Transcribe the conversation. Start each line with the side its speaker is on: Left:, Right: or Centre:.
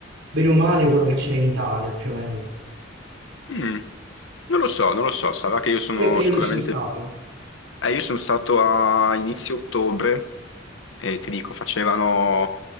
Right: bene o male quello che c'era in Italia, più o meno.
Left: Mm. Non lo so, non lo so, sarà che io sono
Right: Tu che periodo
Left: sicuramente...
Right: ci sei stato?
Left: Eh, io sono stato a inizio ottobre e ti dico, facevano